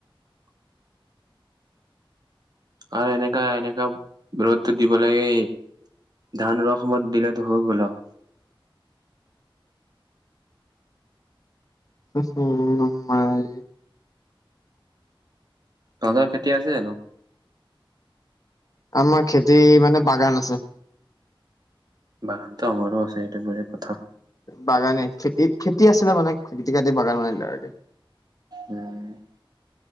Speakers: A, on the right; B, on the left.
A: <unintelligible> আৰু এনেকা এনেকা ৰ'দ দিব লাগে, ধান ৰকমত দিলতো হৈ গ'ল আৰু
B: উম! মাই
A: তহঁতৰ খেতি আছে জানো?
B: আমাৰ খেতি মানে বাগান আছে।
A: বাগানতো আমাৰো আছে এইটো বেলেগ কথা।
B: বাগানে খেতি খেতি আছিলে মানে খেতি খতি বাগান বনাই দিলে।
A: উম।